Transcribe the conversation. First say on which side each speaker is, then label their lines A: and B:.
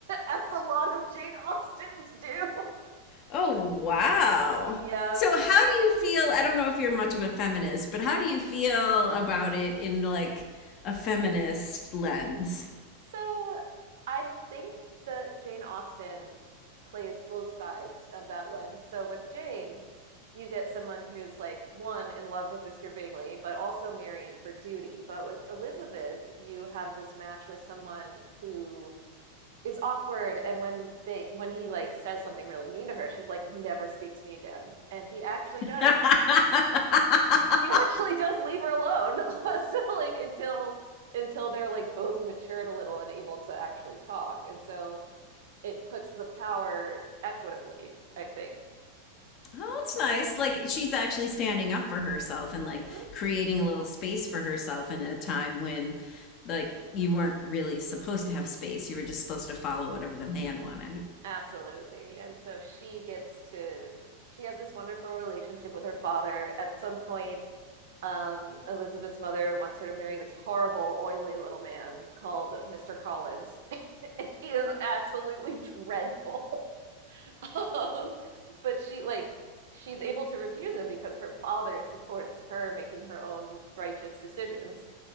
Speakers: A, on the right (about 55°); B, on the left (about 40°).
A: as a lot of Jane Austens do. <laughs>
B: Oh, wow.
A: Yeah,
B: So,
A: so
B: how do you feel? I don't know if you're much of a feminist, but how do you feel about it in like a feminist lens?
A: So I think that Jane Austen plays both sides of that lens. So with Jane, you get someone who's like one in love with Mr. Bingley, but also marrying for duty. But with Elizabeth, you have this match with someone who is awkward and when they when he like says something really mean to her she's like never speak to me again and he actually
B: <laughs>
A: does he actually does leave her alone. <laughs> so like until until they're like both matured a little and able to actually talk. And so it puts the power equitably, I think.
B: Oh, that's nice. Like she's actually standing up for herself and like
A: Mm-hmm.
B: creating a little space for herself in a time when like you weren't really supposed to have space. You were just supposed to follow whatever the man wanted.
A: Absolutely. And so she gets to she has this wonderful relationship with her father. At some point, um, Elizabeth's mother wants her to marry this horrible, oily little man called Mr. Collins. <laughs> and he is absolutely dreadful. <laughs> Um, but she like she's able to refuse him because her father supports her making her own righteous decisions.